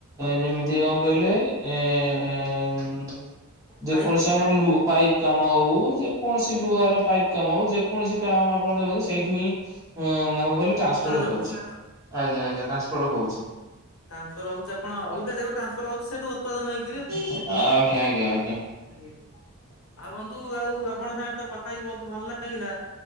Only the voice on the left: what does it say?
ପାଇପ୍
ଉତ୍ପାଦନ
ହଉଛି
ଟାନ୍ସପର ହଉଚି, ଆପଣ ଅଲଗା ଜାଗାକୁ ଟ୍ରାନ୍ସପର ହଉଚି। ସେଇଟୁ ଉତ୍ପାଦନ ହେଇ
ଆଉ ବନ୍ଧୁ ଆଉ ଆପଣଙ୍କ ସାଙ୍ଗରେ ତ କଥା ହେଇିକି ବହୁତ୍ ଭଲ୍ ଲାଗିଲା।